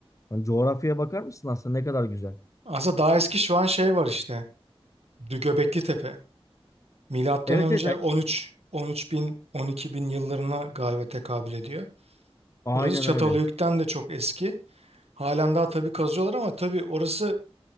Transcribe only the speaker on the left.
Hani coğrafyaya bakar mısın aslında ne kadar güzel.
Evet
evet yani
aynen
öyle.